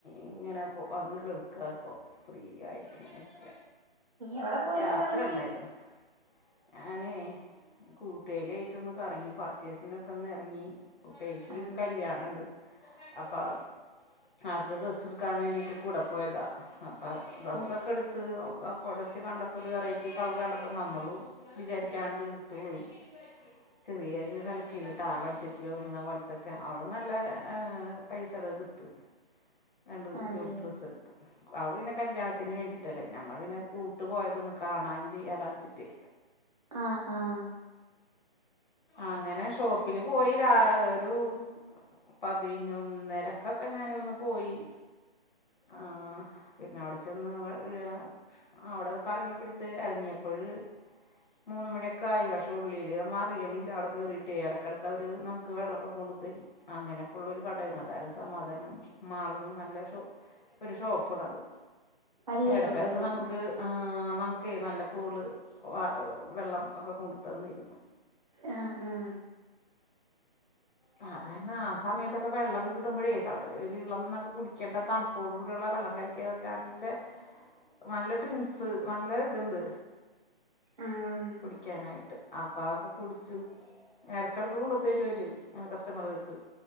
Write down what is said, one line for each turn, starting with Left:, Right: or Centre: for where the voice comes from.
Left: ഇങ്ങനെ വന്ന് കിടക്ക പ്പോ ഫ്രീ ആയിട്ട്ങ്ങനെക്ക
Right: എവിടെ പോയിരുന്നു
Left: യാത്ര
Right: കറങ്ങാൻ
Left: ഇണ്ടായിരുന്നു ഞാനെ കൂട്ടുരിയിട്ടൊന്ന്റങ്ങി പർച്ചേസിനൊക്കെ ഒന്ന് ഇറങ്ങി കുട്ടരിക്ക്
Right: ആന്നില്ലേ
Left: കല്യാണണ്ട് അപ്പം അൾക്ക് ഡ്രസ്സ് ഇട്ക്കാൻ വേണ്ടിയിട്ട് കൂടെ പോയതാ അപ്പം ഡ്രസ്സൊക്കെ
Right: ഓ
Left: എടുത്ത് പടച്ച് കണ്ടപ്പോ ഒരു വെറൈറ്റി കളർ കണ്ടപ്പോ നമ്മളും വിചാരിക്കാണ്ട് എടുത്ത്പോയി ചെറിയാരു <unintelligible> ബഡ്ജറ്റിലൊത്ങ്ങണപോല്ത്തൊക്കെ അവള് നല്ല പൈസടെ എടുത്ത്
Right: <unintelligible>
Left: രണ്ട്
Right: ആന്നില്ലേ
Left: ജോഡി ഡ്രസ്സെടുത്ത് അവള് പിന്ന കല്യാണത്തിന് വേണ്ടീട്ടല്ലേ ഞമ്മൾ പിന്നത് കൂട്ട് പോയത് ന് കാണാം ചെയ്യാലോച്ചിട്ട്
Right: ആഹ് ആഹ്
Left: അങ്ങനെ ഷോപ്പില് പോയി രാ ഒരു പതിനൊന്നരക്കക്കെ ഞാനിവിടുന്ന് പോയി ആ പിന്നെവിടെ ചെന്ന് വഴ ആ അവിടത് കറങ്ങിപ്പിടിച്ച് എറങ്ങിയപ്പഴ് മൂന്ന് മണിയെക്കായി പക്ഷേ ഉള്ളില്മ്മ അറിയണില്ല അടെ കേറീട്ടേ എടക്കെടയ്ക്ക് അവര് നമ്ക്ക് വെള്ളക്കെ കൊണ്ടു തരും അങ്ങനെക്കൊള്ളൊരു കടേണ്. അതാര്ന്ന് സമാധാനം മാളൂണ് നല്ല ഷോ ഒരു ഷോപ്പ്ണത്
Right: വല്യ
Left: എടക്കെടക്ക്
Right: ഷോപ്പല്ലേ
Left: നമ്ക്ക്
Right: ആഹ്
Left: ആ നമുക്കേ നല്ല കൂള് വാ വെള്ളം ഒക്കെ കൊണ്ട്ത്തന്നിരുന്നു
Right: ആഹ് ആഹ്
Left: സാധാരണ ആ സമയത്തൊക്കെ വെള്ളക്കെ കിട്ടുമ്പോഴേ ഒരു ഇളംന്നൊക്കെ കുടിക്കേണ്ട താണ് പ്പോട് കൂടിയുള്ള വെള്ളം കലക്കിയതൊക്കെ നല്ല നല്ല ഡ്രിങ്ക്സ് നല്ല ഇത്ണ്ട്
Right: ആഹ്
Left: ക്കാനായിട്ട് അപ്പാവക്കെ കുടിച്ചു എടക്കിടത്തോണ്ട് തരുവാവര് ഇങ്ങനെ കസ്റ്റമറ്കൾക്ക്